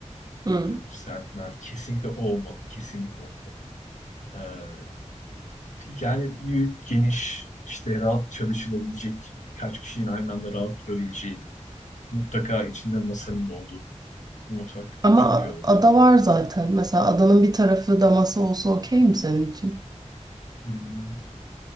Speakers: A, on the right (about 35°); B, on the left (about 80°).
A: Hı.
B: böyle sert mer. Kesinlikle o olmalı, kesinlikle olmalı. Eee Yani büyük, geniş, işte rahat çalışılabilecek, birkaç kişinin aynı anda rahat durabileceği, mutlaka içinde masanın da olduğu bir mutfak
A: Ama
B: çok
A: a-
B: iyi olurdu.
A: ada var zaten. Mesela adanın bir tarafı da masa olsa okey mi senin için?
B: Hmm,